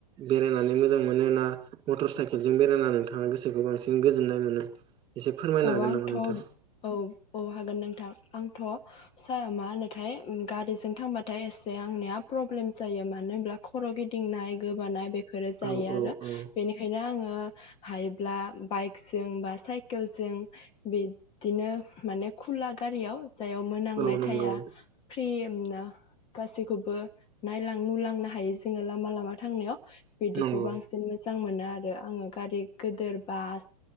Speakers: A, on the right; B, on the left.
A: बेरायनानै मोजां मोनो ना मटर साइकेलजों बेरायनानै नोंथाङा गोसोखौ बांसिन गोजोननाय मोनो? एसे फोरमायनो
B: औ
A: हागोन
B: आंथ'
A: नामा नोंथां
B: औ औ हागोन नोंथां आंथ' सा मा होनोथाय ओम गारिजों थांबाथाय एसे आंनिया प्रब्लेम जायो मानो होनब्ला खर' गिदिंनाय गोबानाय बे बेफोरो जायो
A: औ औ
B: आरो
A: औ
B: बेनिखायनो आङो हायोब्ला बाइकजों बा साइक केलजों बिदिनो माने खुला गारियाव सायाव मोनामनाय
A: औ नंगौ
B: थाया। फ्रिनो गासैखौबो नायलां नुलांनो हायो जोङो लामा लामा थांनायाव। बिदिखौ
A: नंगौ
B: बांसिन मोज मोजां मोनो आरो आङो गारि गोदोर बास